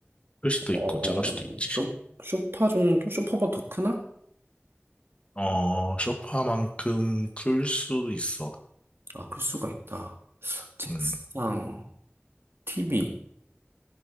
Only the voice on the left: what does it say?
클 수도
있고, 작을 수도 있지.
어, 소파만큼 클 수도 있어.
음,